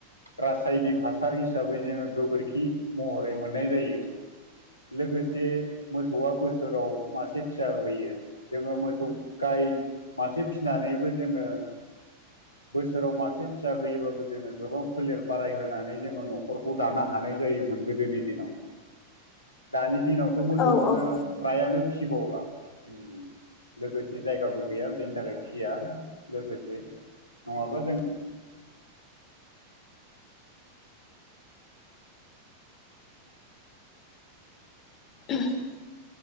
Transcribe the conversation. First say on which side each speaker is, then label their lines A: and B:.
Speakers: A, on the left (about 85°); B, on the left (about 35°).
A: रासायनिक हासार हिसाबै जोङो गोबोरखि महरै मोननाय जायो। लोगोसे मोसौआ बोसोराव मासे फिसा होयो जोङो मोसौ गाय मासे फिसिनानैबो जोङो बोसोराव मासे फिसा होयोबाबो जोङो गोबां फोलेर बाराय होनोनानै जोङो न'खरखौ दानो हा नाय जायोमोन गोदोनि दिनाव दानि दिनावथ' मोसौखौनो
B: औ औ औ
A: फ्रायानो फिबावला उम लोगोसे जायगा गैया बेनि थाखाय फिया लोगोसे नङाबा जों
B: <inaudible> <inaudible>